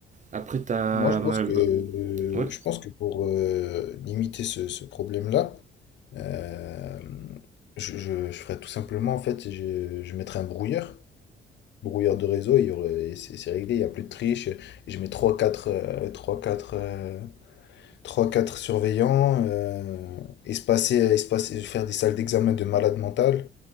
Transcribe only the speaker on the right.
Après, t'as
mal...
bah,
ouais,